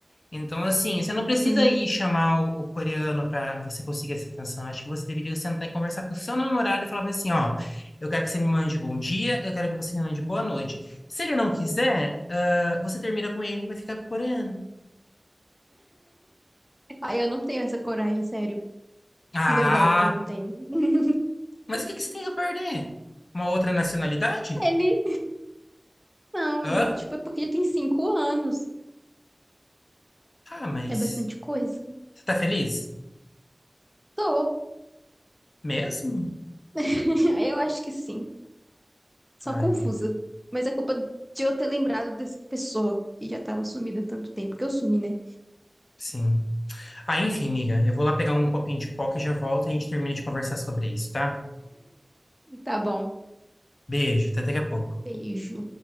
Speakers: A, on the left; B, in the centre.
A: Então, assim, você não precisa
B: Hum.
A: ir chamar o, o coreano para você conseguir essa atenção. Acho que você deveria sentar e conversar com o seu namorado e falar bem assim, ó, eu quero que você me mande bom dia, eu quero que você me mande boa noite. Se ele não quiser, ah, você termina com ele e vai ficar com o coreano.
B: Ai, eu não tenho essa coragem, sério.
A: Ah,
B: De verdade, não tenho. <laughs>
A: mas o que que você tem a perder? Uma outra nacionalidade?
B: Ele, não.
A: Hã?
B: Tipo, é porque já tem cinco anos.
A: Ah, mas
B: É bastante coisa.
A: você tá feliz?
B: Tô.
A: Mesmo?
B: <laughs> Eu acho que sim. Só
A: Ai,
B: confusa.
A: amiga,
B: Mas é culpa de eu ter lembrado dessa pessoa que já tava sumida há tanto tempo. Que eu sumi, né?
A: sim. Ah, enfim, amiga, eu vou lá pegar um copinho de coca e já volto e a gente termina de conversar sobre isso, tá?
B: Tá bom.
A: Beijo, até daqui a pouco.
B: Beijo.